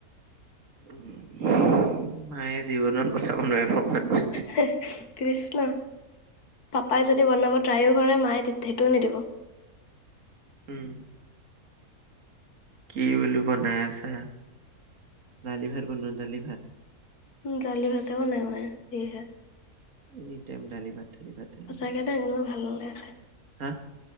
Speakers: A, on the right; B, on the left.
A: উম মায়ে জীৱনত পঠাব নোৱাৰিব।
B: হে কৃষ্ণা পাপাই যদি বনাব ট্ৰাইও কৰে মায়ে সেইটোও নিদিব।
A: উম। কি বোলো বনাই আছা দালি ভাত বনোৱা দালি ভাত
B: দালি ভাত বনাই মানে সিহে
A: এনি টাইম দালি ভাত দালি ভাত দালি
B: সচাকে
A: ভাত
B: দে মোৰো ভাল নালাগে খাই
A: হা